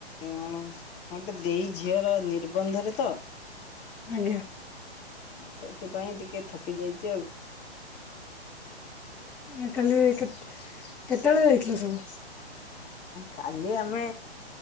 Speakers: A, on the left; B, in the centre.
A: ଅଣ ଗୋଟେ ଦେଇ ଝିଅର ନିର୍ବନ୍ଧରେ ତ।
B: ଆଜ୍ଞା।
A: ସେଥିପାଇଁ ଟିକେ ଥକି ଯାଇଛି ଆଉ।
B: ଆଉ କାଲି କେତ୍ କେତେବେଳେ ଯାଇଥିଲ ସବୁ?
A: କାଲି ଆମେ